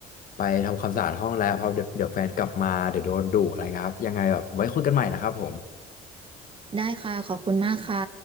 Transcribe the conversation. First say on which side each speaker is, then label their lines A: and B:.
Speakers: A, on the left; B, on the right.
A: ไปทำความสะอาดห้องแล้วเพราะเดี๋ยวเดี๋ยวแฟนกลับมาเดี๋ยวโดนดุอะไรเงี้ยครับยังไงแบบไว้คุยกันใหม่นะครับผม
B: ได้ค่ะขอบคุณมากค่ะ